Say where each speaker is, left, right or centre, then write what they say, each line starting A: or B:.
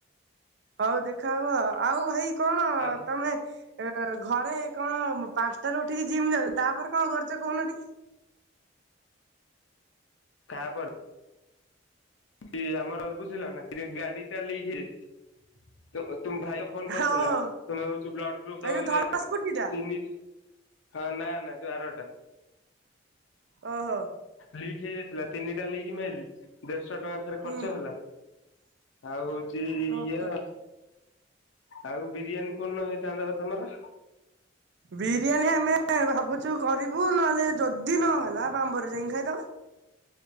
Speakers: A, on the right; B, on the left.
A: ହଉ ଦେଖା ହବ। ଆଉ ଭାଇ କଣ
B: ଆଉ
A: ତମେ ଏଁ ଘରେ କଣ ପାଞ୍ଚ୍ ଟାରୁ ଉଠିକି ଜିମ୍ ଯାଉଛ? ତାପରେ କଣ କରୁଛ କହୁନ ଟିକେ?
B: ତା ପରେ ସି ଆମର ବୁଝିଲ ନା ସେ ଗାଡି ଟା ଲିକ୍ ହେଇଯାଇଛି। <inaudible> ତୁମ୍ ଭାଇର ଫୋନ କରିଥିଲା।
A: ହଉ ହଉ
B: ତୁମେ ହଉଛ ବ୍ଲଡ ଗ୍ରୁପ
A: ଏଇ
B: ଦବାକୁ
A: ଯୋଉ ଧଳା
B: ଯାଇଥିଲ।
A: ସ୍କୁଟି ଟା
B: ତୁମ୍ ନିଜ୍ ହଁ ନା ନା ଯୋଉ ଆର ଟା।
A: ଓହୋ।
B: ଲିକ୍ ହେଇଯାଇଥିଲା, ତିନିଟା ଲିକ୍ ମାଇଲି। ଆଶ ଟଙ୍କା ଥରେ
A: ହୁଁ
B: ଖର୍ଚ୍ଚ ହେଲା। ଆଉ ହଉଛି ଇଏ
A: ଓହୋ।
B: ଆ ଆଉ ବିରିୟାନୀ କୋଉଦିନ ହେଇଥାନ୍ତା ବା ତମର?
A: ବିରିୟାନୀ ଆମେ ଭାବୁଛୁ କରିବୁ ନହେଲେ ଯଦି ନହେଲା ବାମ୍ବର ଯାଇଁକି ଖାଇଦବା।